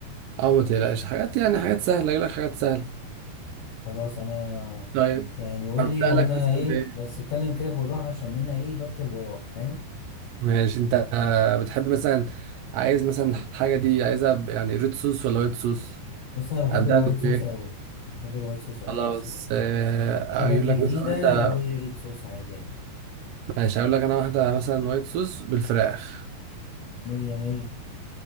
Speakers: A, on the right; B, on the left.
A: او ما تقلقش حاجات يعني حاجات سهله اجيب لك حاجات سهله
B: خلاص أنا
A: طيب
B: يعني قول
A: ابدا
B: لي وأنا
A: لك مثلا
B: إيه
A: بايه
B: بس اتكلم كده بالراحة عشان أنا إيه بكتب وراك فاهم؟
A: ماشي انت بتحب مثلا عايز مثلا الحاجه دي عايزها ب- يعني ريد صوص ولا وايت صوص
B: بص أنا بحب
A: ابدا
B: الوايت
A: لك
B: صوص
A: بايه
B: أوي بحب الوايت صوص أوي
A: خلاص
B: بس لو
A: آه،
B: الحاجة
A: اقول
B: دي
A: لك مثلا
B: جديدة
A: واحده
B: قول لي ريد صوص عادي يعني
A: ماشي هقول لك انا واحده مثلا وايت صوص بالفراخ
B: مية مية